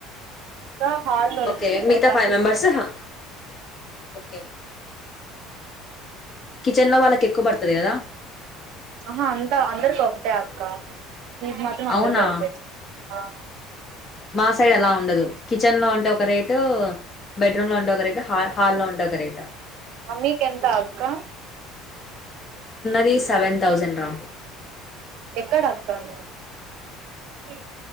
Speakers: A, on the right; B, on the left.
A: ఇంకా హాల్ లో
B: ఓకే
A: వచ్చి
B: మిగతా
A: ఒక
B: ఫైవ్
A: సిక్స్ మెంబర్స్.
B: హ, ఓకే. కిచెన్ లో వాళ్ళకి ఎక్కువ పడ్తది కదా.
A: ఆహా అంతా అందరికి ఒకటే అక్క ఫీజ్ మాత్రం
B: అవునా
A: అందరికోకటె. ఆవ్.
B: మా సైడ్ అలా ఉండదు. కిచెన్ లో ఉంటే ఒక రేటూ. బెడ్రూమ్ లో ఉంటే ఒక రేటు హ హాల్లో ఉంటె ఒక రేటు.
A: మమ్మీకెంత అక్క.
B: రి సెవెన్ తౌసండ్ రా.
A: ఎక్కడ అప్పాను. హ్